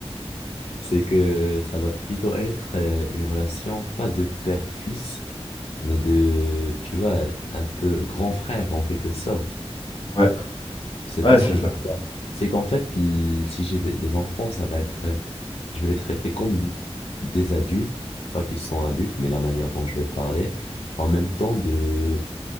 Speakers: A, on the left; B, on the left.
A: c'est que ça va plutôt être euh, une relation, pas de père-fils, mais de, tu vois, un peu grand frère en quelque sorte.
B: Ouais,
A: Je sais
B: ouais,
A: pas si
B: c'est
A: tu
B: ça.
A: vois. C'est qu'en fait, l- si j'ai des, des enfants, ça va être, euh, je vais les traiter comme des adultes, pas qu'ils sont adultes, mais la manière dont je vais parler, en même temps de,